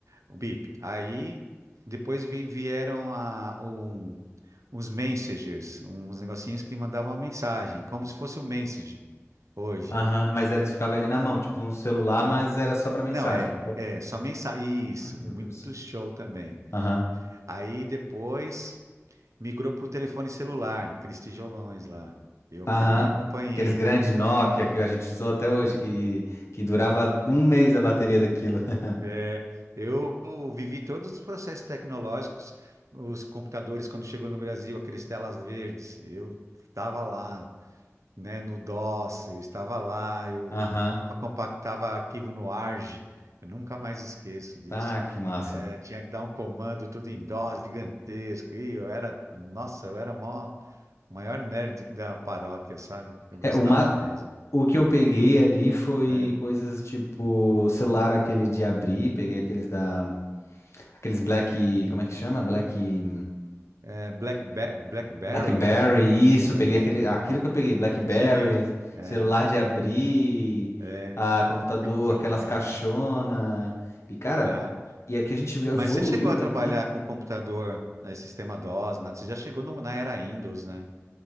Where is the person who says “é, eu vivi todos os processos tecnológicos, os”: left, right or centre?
Right